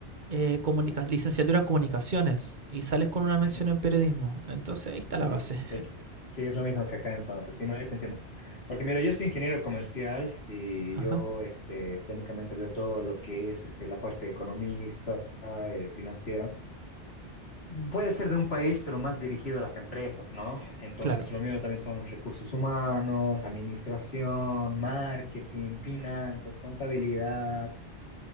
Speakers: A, on the right; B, on the left.
A: eh, comunica- licenciatura en comunicaciones y sales con una
B: <laughs>
A: mención en periodismo. Entonces ahí está la
B: Sí,
A: base.
B: es, sí, es lo mismo que acá entonces. Sí, no, yo te entiendo. Porque mira, yo soy ingeniero comercial y
A: Ajá,
B: yo este, técnicamente veo todo lo que es este, la parte economista, eh, financiera. Puede ser de un país, pero más dirigido a las empresas, ¿no? Entonces,
A: claro.
B: lo mío también son recursos humanos, administración, marketing, finanzas, contabilidad,